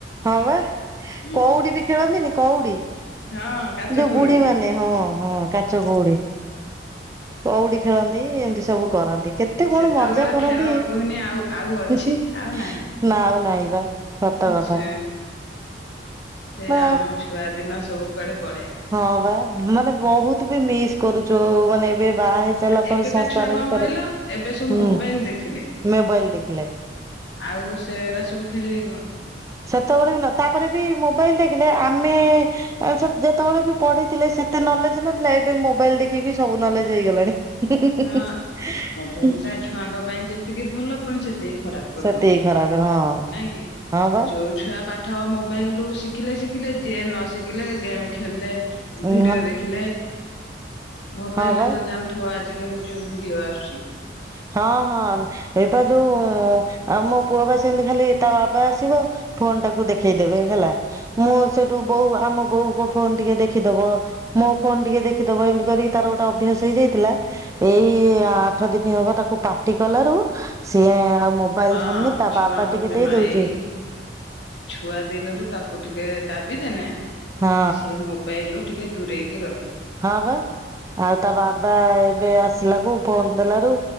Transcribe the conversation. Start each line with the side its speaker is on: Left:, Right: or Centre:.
Right: ହଁ ବା
Left: ହୁଁ
Right: କଉଡି ବି ଖେଳନ୍ତିନି କଉଡି?
Left: ହଁ କାଚ
Right: ଯୋଉ
Left: କଉଡି।
Right: ବୁଢୀ ମାନେ ହଁ ହଁ କାଚ କଉଡି। କଉଡ଼ି ଖେଳନ୍ତି ଏମତି ସବୁ। କରନ୍ତି କେତେ
Left: ସେତେବେଳେ
Right: କଣ ମଜା କରନ୍ତି।
Left: ଖେଳ କୁହନି ଆଉ ଆଉ ଅଛି
Right: ନା
Left: ଆଉ ନାହିଁ।
Right: ଆଉ ନାଇଁ ବା। ସତ
Left: ସେ
Right: କଥା
Left: ଛୁ ସେ
Right: ବା
Left: ଆମ ଛୁଆଦିନ ସବୁ କୁଆଡେ ପଳେଇଲା।
Right: ହଁ ବା ମାନେ ବହୁତ ବି ମିସ୍ କରୁଛୁ ମାନେ ଏବେ ବାହା ହେଇ ସାରିଲା ପରେ
Left: ଏବେକା
Right: ସଂସାର
Left: ଛୁଆ କଣ
Right: ଭିତରେ
Left: କହିଲ ଏବେ ସବୁ
Right: ହୁଁ
Left: ମୋବାଇଲ ଦେଖିଲେ।
Right: ମୋବାଇଲ ଦେଖିଲେ
Left: ଆଉ ସେଗୁରା ସବୁ ଖେଳିବେ କଣ।
Right: ସେତେବଳେବି ନ ତାପରେ ବି ମୋବାଇଲ ଦେଖିଲେ ଆମେ। ଆ ସେ ଯେତେବେଳେ ବି ପଢିଥିଲେ ସେତେ ନଲେଜ ନଥିଲା ଏବେ ମୋବାଇଲ ଦେଖିକି ସବୁ ନଲେଜ ହେଇଗଲାଣି। ହ <unintelligible>
Left: ହଁ ମୋବାଇଲ ଟା ଛୁଆଙ୍କ ପାଇଁ ଯେତିକି ଭଲ ପୁଣି ସେତିକି ଖରାପ କରିଦଉଛି
Right: ସେତିକି ଖରାପ ହଁ
Left: ନାଇଁ କି
Right: ହଁ ବା
Left: ଯଉ ଛୁଆ ପାଠ ମୋବାଇଲ ରୁ ଶିଖିଲେ ଶିଖିଲେ ଯିଏ ନ ଶିଖିଲେ ଗେମ୍ ଖେଳିଲେ
Right: ହଁ
Left: ଭିଡିଓ ଦେଖିଲେ। ମୋବାଇଲ
Right: ହଁ
Left: ରେ
Right: ବା
Left: ତ ଜାଣିଥିବ ଆଜିିକାଲି ଯୋଉ ଭିଡିଓ ଆସୁଛି।
Right: ହଁ ହଁ। ଏ ପା ଯୋଉ ଆ ମୋ ପୁଅ ପା ସେମିତି ଖାଲି ତା ବାବା ଆସିବ ଫୋନ ଟାକୁ ଦେଖେଇଦବେ ହେଲା ମୁଁ ସେଇଠୁ ବୋଉ ଆମ ବୋଉ ମୋ ଫୋନ ଟିକେ ଦେଖିଦବ ମୋ ଫୋନ ଟିକେ ଦେଖିଦବ ଏମିତି କରିକି ତାର ଗୋଟେ ଅଭ୍ୟାସ ହେଇଯାଇଥିଲା ଏଇ
Left: ହୁଁ
Right: ଆଠ ଦିନ ହବ ତାକୁ ପାଟି କଲାରୁ ସିଏ ଆଉ ମୋ ମୋବାଇଲ
Left: ହଁ
Right: ଧରୁନି ତା
Left: ଛୁଆଙ୍କୁ
Right: ବାବା ଟିକେ
Left: ଜମା
Right: ଦେଇଦଉଛି
Left: ଏଇ ଛୁଆ ଦିନରୁ ତାକୁ ଟିକେ ଦାବି ଦେନେ
Right: ହଁ
Left: ସିଏ ମୋବାଇଲ ରୁ ଟିକେ ଦୂରେଇକି ରହିବ।
Right: ହଁ ବା ଆଉ ତା ବାବା ଏବେ ଆସିଲାକୁ ଫୋନ ଦେଲାରୁ